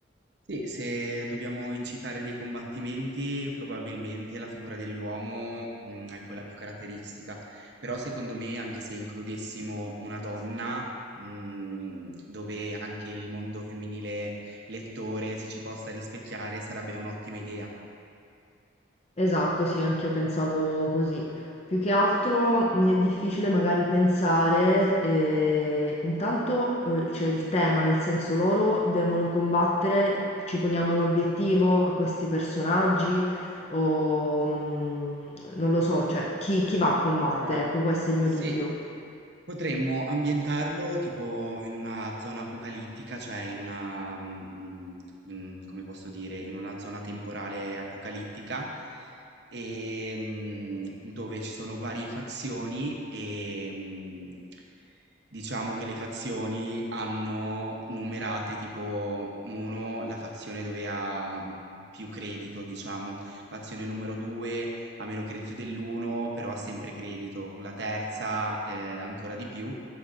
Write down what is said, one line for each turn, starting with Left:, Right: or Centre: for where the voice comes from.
Right: Se dobbiamo incitare dei combattimenti, probabilmente la figura dell'uomo, mh, è quella più caratteristica, però secondo me anche se includessimo una donna, mh, dove anche il mondo femminile lettore si ci possa rispecchiare, sarebbe un'ottima idea.
Left: Esatto, sì, anch'io pensavo così. Più che altro mi è difficile magari pensare, eh, intanto eh, c'è il tema, nel senso loro devono combattere, ci poniamo un obiettivo a questi personaggi o mm, non lo so, cioè chi, chi va a combattere?
Right: Allora,
Left: Ecco, questo è il
Right: sì,
Left: mio dubbio.
Right: Potremmo ambientarlo tipo in una zona apocalittica, cioè in una, mm, in- come posso dire, in una zona temporale apocalittica, e, mm, dove ci sono varie fazioni e mm, diciamo che le fazioni hanno numerate tipo 1, la fazione dove ha mm, più credito, diciamo, fazione numero 2 ha meno credito dell'uno, però ha sempre credito, la terza eh, ancora di più,